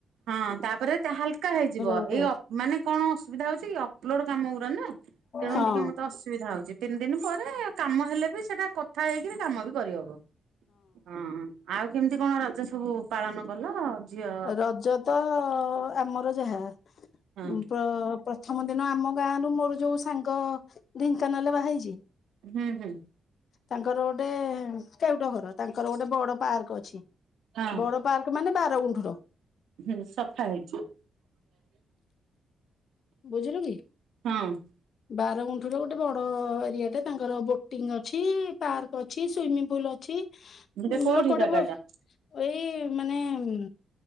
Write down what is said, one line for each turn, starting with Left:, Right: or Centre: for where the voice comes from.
Right: ହଁ ତାପରେ ତ ହାଲକା ହେଇଯିବ
Left: ଗୋଟେ
Right: ଏଇ ଅପ ମାନେ କଣ ଅସୁବିଧା ହଉଚି କି ଅପଲୋଡ଼ କାମ ଗୁୁରା ନା ତେଣୁ
Left: ହଁ
Right: ଟିକେ ମତେ ଅସ୍ ସୁବିଧା ହଉଚି ତିନି ଦିନି ପରେ କାମ ହେଲେ ବି ସେଟା କଥା ହେଇକିରି କାମ ବି କରିହବ। ହଁ ଆଉ କେମତି କଣ ରଜ ସବୁ ପାଳନ କଲ? ଝିଅ
Left: ରଜ ତ ଅ ଅ ଆମର ଯାହା ଉଁ
Right: ହଁ।
Left: ପ୍ର ପ୍ର ଥମ ଦିନ ଆମ ଗାଁରୁ ମୋର ଯୋଉ ସାଙ୍ଗ ଢ଼େଙ୍କାନାଲରେ ବାହା ହେଇଚି
Right: ହୁଁ ହୁଁ।
Left: ତାଙ୍କର ଗୋଟେ କେଉଟ ଘର ତାଙ୍କର ଗୋଟେ ବଡ ପାର୍କ ଅଛି।
Right: ହଁ
Left: ବଡ ପାର୍କ ମାନେ ବାରଗୁଣ୍ଠୁର।
Right: ହୁଁ ସଫା ହେଇଚି।
Left: ବୁଝିଲୁ କି?
Right: ହଁ।
Left: ବାରଗୁଣ୍ଠୁ ର ଗୋଟେ ବଡ଼ ଏରିଆ ଟେ ତାଙ୍କର ବୋଟିଙ୍ଗ ଅଛି ପାର୍କ ଅଛି ସୁଇମିଙ୍ଗ ପୁଲ ଅ ଅଛି
Right: ଯେ କୋଉଠି
Left: ଲୋକ ହେଠେ
Right: ଜାଗା
Left: ଭ
Right: ଟା?
Left: ଏଇ ମାନେ ଉଁ